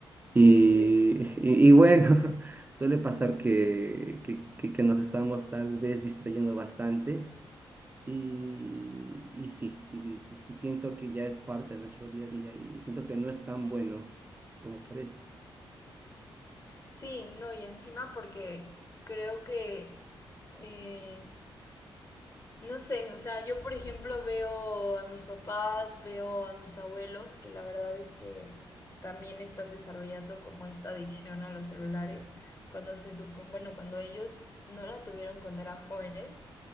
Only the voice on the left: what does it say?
sí,
sí.
Sí, no, y encima porque creo que, eh, no sé, o sea, yo por ejemplo veo a mis papás, veo a mis abuelos, que la verdad es que también están desarrollando como esta adicción a los celulares, cuando se supone, bueno, cuando ellos no la tuvieron cuando eran jóvenes,